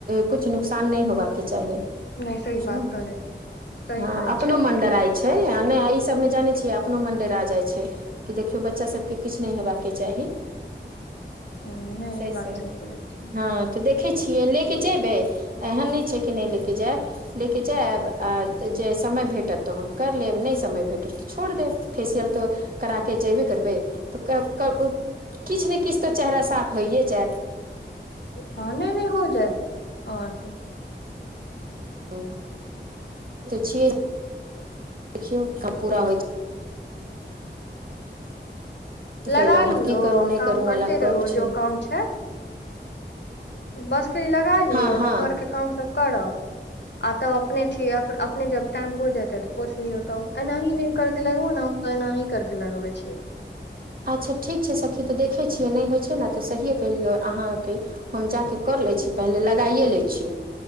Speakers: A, on the right; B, on the left.
A: कुछ नुकसान नय होबाक के चाही
B: नहि सही
A: <inaudible>
B: बात करै सही
A: हँ
B: कहै
A: अपनो
B: छै
A: मन डराय छै आ नय ई सभमे जानै छियै अपनो मन डेरा जाइ छै कि देखियौ बच्चा सभके किछ नय हेबाक चाही
B: हं नय
A: से
B: इ बात
A: से
B: सही बोलैत छिय
A: हँ तऽ देखै छियै लैऽ केऽ जेबै एहन नय छै कि नय लेऽ के जएब लेके जयब आ जे समय भेटत तऽ हम कर लेब नय समय भेटत तऽ छोड़ देब फेसियल तऽ कराकऽ जेबे करबै तऽ किछ ने किछ तऽ चेहरा साफ होइए जयत
B: हँ नय नय हो जयत अहाँके
A: हँ तऽ छीय देखियौ पूरा होइ <inaudible> छै
B: लगा
A: कलहुँ
B: लिहो
A: हँ की करू
B: आ
A: नहि
B: काम
A: करू वाला
B: करते
A: गप
B: रेहो
A: छै
B: जो काम छय बसके लगा लियो
A: हँ हँ
B: तब घरके काम सब करब आ तब अपने ठि अपअपने जब टाइम पूर जेतै तऽ पोसलियौ तब एनाही ने करके लगबो ने हम तऽ एनाही करके लगबे छिये
A: अच्छा ठीक छै सखी तऽ देखै छियै नय होइ छै न तऽ सहिए कहिलिय अहाँके हम जा के कर लै छी पहिले लगाइए लैइ छी